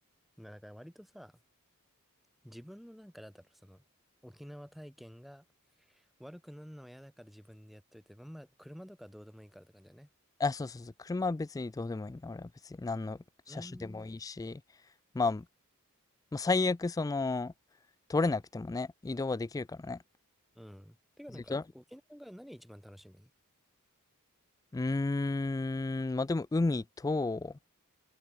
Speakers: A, in the centre; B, on the left (about 15°).
A: なだから割とさ、自分のなんかなんだろう、その、沖縄体験が悪くなるのは嫌だから自分でやっといて、まあまあ、車とかどうでもいいからって感じだね。
B: あ、そうそうそう、車は別にどうでもいいね。俺は別に何の車種でもいいし、
A: うーん。
B: まあ、まあ、最悪その、取れなくてもね、移動はできるからね。
A: うん。てかなんか、
B: えっと
A: 沖縄が何一番楽しみ
B: うーん、まあでも海と、